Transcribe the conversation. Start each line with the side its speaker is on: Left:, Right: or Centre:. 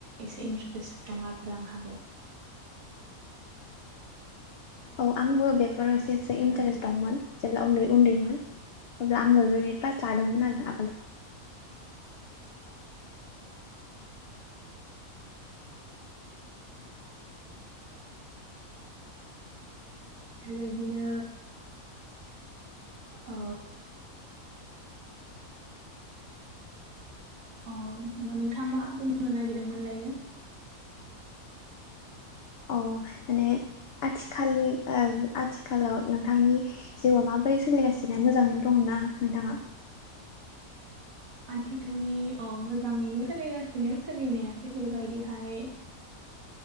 Right: एसे इन्ट्रेस्ट दं आरो आंहाबो
Left: औ आंबो बेफोराव एसे एसे
Right: आरो
Left: इन्टारेस्ट दंमोन जेब्ला उन्दै उन्दैमोन अब्ला आंबो बे क्लास लादोंमोन आरो आगोल
Right: बेबायदिनो ओ औ नोंथाङा मा बुंनो नागिरदोंमोनलायो
Left: अ माने आथिखालनि आथिखालाव नोंथांनि जिउआ माबोरै सोलिगासिनो मोजाङैनो दंना नोंथाङा
Right: आथिखालनि मोजाङैनो सोलिगासिनो सोलिनायाथ' बेबायदिहाय